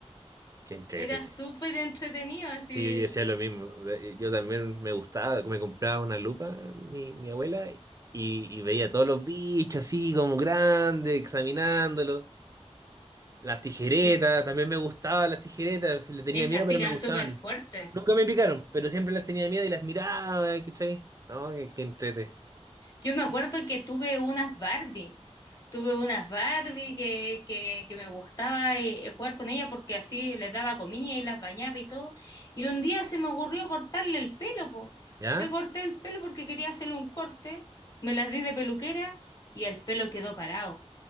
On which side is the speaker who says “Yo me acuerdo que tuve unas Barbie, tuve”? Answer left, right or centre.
Left